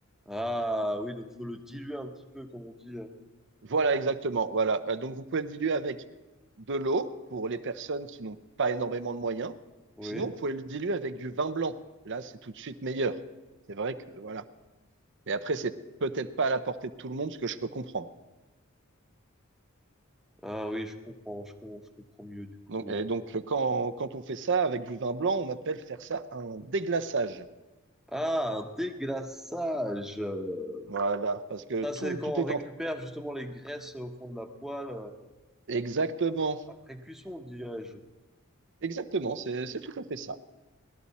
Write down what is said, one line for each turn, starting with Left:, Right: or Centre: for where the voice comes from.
Centre: Ah oui, donc faut le diluer un petit peu, comme on dit. euh.
Right: Voilà, exactement. Voilà. Euh, Donc, vous pouvez le diluer avec de l'eau pour les personnes qui n'ont pas énormément de moyens.
Centre: Oui,
Right: Sinon, vous pouvez le diluer avec du vin blanc. Là, c'est tout de suite meilleur. C'est vrai que, voilà. Mais après, c'est peut-être pas à la portée de tout le monde, ce que je peux comprendre.
Centre: ah oui, je comprends, je, com- je comprends mieux du
Right: Donc,
Centre: coup.
Right: et
Centre: euh.
Right: donc, euh, quand, quand on fait ça avec du vin blanc, on appelle faire ça un déglaçage.
Centre: Ah, un déglaçage. Euh,
Right: Voilà. Parce que
Centre: Ça,
Right: tout,
Centre: c'est quand
Right: tout est
Centre: on récupère
Right: en...
Centre: justement les graisses au fond de la poêle euh,
Right: Exactement.
Centre: après cuisson, dirais-je.
Right: Exactement. C'est, c'est tout à fait ça.